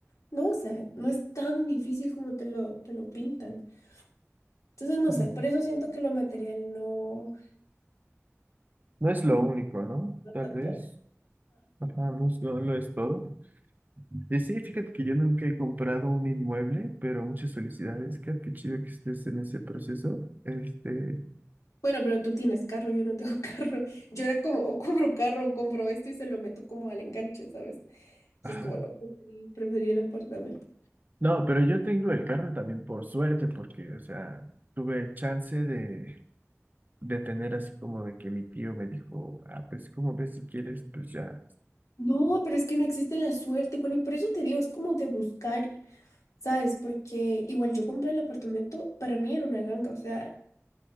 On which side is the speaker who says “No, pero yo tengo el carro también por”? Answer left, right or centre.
Right